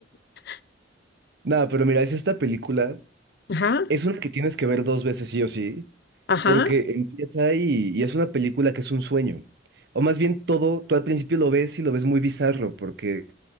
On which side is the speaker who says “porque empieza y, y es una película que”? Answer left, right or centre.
Right